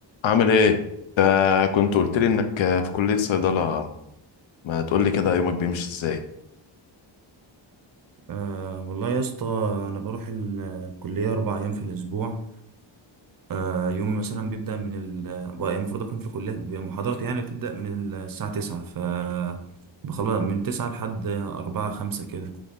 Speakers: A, on the left; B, on the right.
A: عامل ايه انت كنت قلت لي انك في كلية صيدلة ما تقول لي كده يومك بيمشي ازاي
B: أه والله يا اسطى انا بروح ال- الكليه اربع ايام في الاسبوع أه يومي مثلا بيبدا من ال بقى المفروض اكون في الكليه محاضرتي يعني بتبدا من الساعه 9 ف بخلص من 9 لحد 4 5 كده